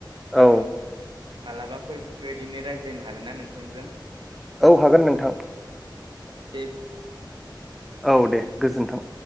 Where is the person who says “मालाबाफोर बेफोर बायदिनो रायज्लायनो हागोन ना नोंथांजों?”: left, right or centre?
Right